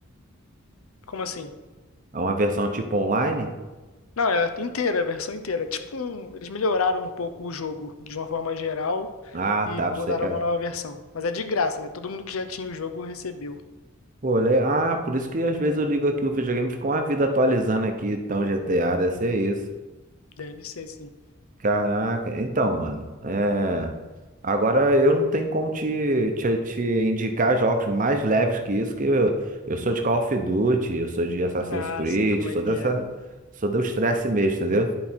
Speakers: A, on the left (about 85°); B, on the right (about 40°).
A: Como assim?
B: É uma versão tipo online?
A: Não, é inteira, a versão inteira. É Tipo, um- eles melhoraram um pouco o jogo de uma forma geral
B: Ah,
A: e
B: tá,
A: botaram
B: pra você que
A: uma nova versão. Mas é de graça, né? Todo mundo que já tinha o jogo recebeu.
B: Pô, le- ah, por isso que às vezes eu ligo aqui o videogame e fica uma vida atualizando aqui, então GTA deve ser isso.
A: Deve ser, sim.
B: Caraca, então, mano, é... agora eu não tenho como te, te, te indicar jogos mais leves que isso, que eu, eu sou de Call of Duty, eu sou de Assassin's
A: Ah,
B: Creed,
A: sei como
B: sou
A: é que
B: dessa,
A: é.
B: sou do estresse mesmo, entendeu?